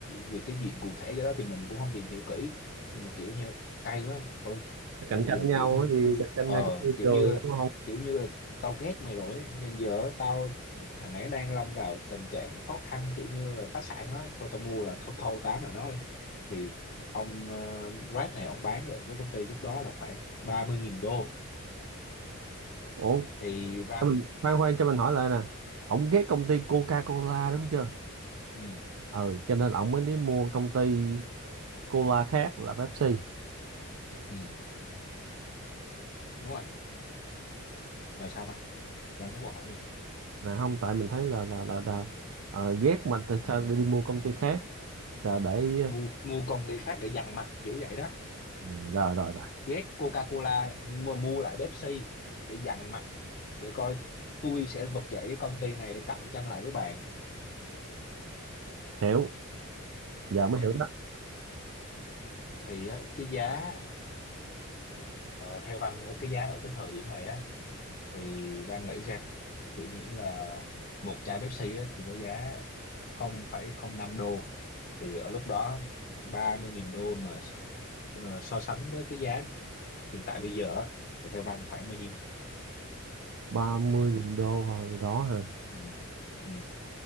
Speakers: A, on the left; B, on the right.
A: vì cái chuyện cụ thể cho đó thì mình cũng không tìm hiểu kỹ nhưng mà kiểu như cay quá thôi tôi
B: cạnh tranh
A: giờ
B: nhau
A: kiểu như
B: cái gì
A: tôi
B: cạnh tranh
A: ờ
B: nhau cái môi
A: kiểu
B: trường
A: như
B: đúng không?
A: kiểu như là tao ghét mày rồi ấy, nên giờ tao thằng này đang lâm vào tình trạng khó khăn kiểu như là phá sản á thôi tao mua là thâu thâu tán là nó đi thì ông uh, Red này ông bán lại với công ty lúc đó là khoảng ba mươi nghìn đô
B: Ủa
A: thì Văn
B: cho mình khoan khoan cho mình hỏi lại nè ông ghét công ty Coca-Cola đúng chưa?
A: ừ
B: Ừ cho nên ông mới đi mua công ty cola khác là Pepsi
A: ừ đúng rồi rồi sao bạn bạn có câu hỏi gì
B: nè không tại mình thấy là là là, là ờ, ghét mà tại
A: ừ.
B: sao lại đi mua công ty khác là để
A: mua mua con đĩa khác để dằn mặt kiểu vậy đó
B: Ừ, rồi rồi rồi
A: ghét Coca-Cola nhưng mà mua lại Pepsi để dằn mặt để coi tôi sẽ vực dậy cái công ty này để cạnh tranh lại với bạn
B: hiểu Dạ
A: ok
B: mới hiểu đó
A: thì á, cái giá ờ, theo Văn ờ, cái giá ở cái thời điểm này á thì Văn nghĩ xem tự nhiên là một chai Pepsi á, thì có giá không phẩy không năm đô thì ở lúc đó 30.000 đô mà so, ờ, so sánh với cái giá hiện tại bây giờ á, thì theo Văn khoảng bao nhiêu
B: ba mươi nghìn đô hồi đó hả
A: ừ. Ừ.